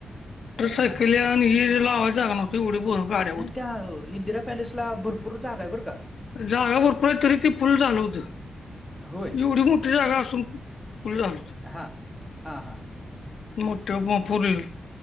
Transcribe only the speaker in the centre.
चाल
नाही त्या इंदिरा पॅलेसला भरपूर जागा आहे. बरं का.
होय.
हां. हां, हां, हां.